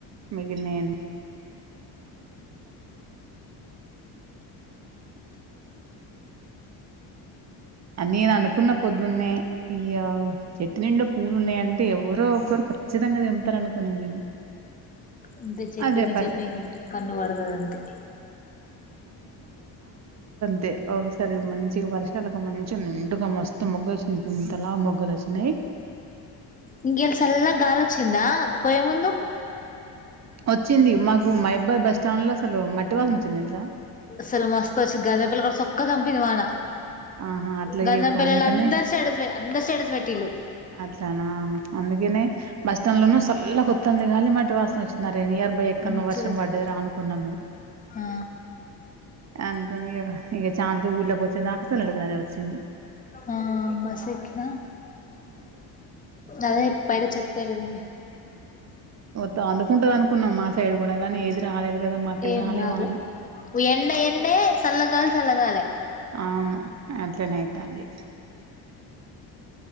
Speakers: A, on the right; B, on the left.
A: మగిలినయన్ని అనీ అనుకున్న పోద్ దున్నై ఇయ్యవ్ చెట్టు నిండ పూలున్నాయంటే ఎవరు ఎవరో ఒక్కరు ఖచ్చితంగ తెంపుతరునుకున్నా నేను
B: అంతే చెట్లు
A: అదే
B: మీద
A: పని
B: చెట్ మంటే కన్ను పడతుదంతే
A: తే ఒక్కోసారి మంచిగా వర్షాలు ఇగ మంచి నిండుగ మస్తు మొగ్గలోచ్చినై ఇంతలావ మొగ్గలోచ్చినై ఉన్నాయ్
B: ఇంకేంటి సల్లగా గలోచింద పొయ్యే ముందు
A: వచ్చింది మాకు మా అబ్బాయి బస్ ష్టలో అసలు మట్టి వాసన వచ్చింది తెలుసా
B: అసలు మస్తు వచ్చిది గదపెల్లి కాడా సొక్కా చంపింది వాన
A: ఆహా అట్లా
B: గంధంపెళ్ళోలు
A: చెప్పు అందుకనే
B: అందరు స్టేటస్ అందరు స్టేటస్ పెట్టిన్లు
A: అట్లానా అందుకనే బస్ లోన సల్లగోతంది గాలి మట్టి వాసన వచ్చ ఆ నియర్ బై ఎక్కడో
B: మంచిగా
A: వర్షం పడ్డది రా అనుకున్నాం మేము
B: ఆ
A: అనుకుని ఇ ఇక చానాసేపు ఊళ్ళకి వచ్చే దాకా చల్లటి గాలే వచ్చింది
B: ఆ బస్ ఎక్కినా
A: అ
B: అదే పైన చెతేడదు
A: వత్తు అందుకుంటది అనుకున్నాం మా సైడ్ కూడా గానీ ఏది రాలేదు కదా మాకెళ్ళి
B: పోయిన ఎంకాలే
A: రాలే వాన
B: ఎండ ఎండే చల్ల గాలి చల్ల గాలే
A: అవును అట్లనే అయితంది
B: ఇ